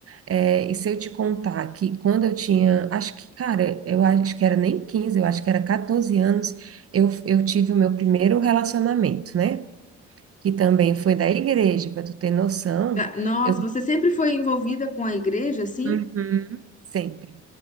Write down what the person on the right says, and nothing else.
É, e se eu te contar que quando eu tinha, acho que, cara, eu acho que era nem 15 eu acho que era 14 anos, eu, eu tive o meu primeiro relacionamento, né? Que também foi da igreja, para tu ter noção,
eu
Uhum. sempre.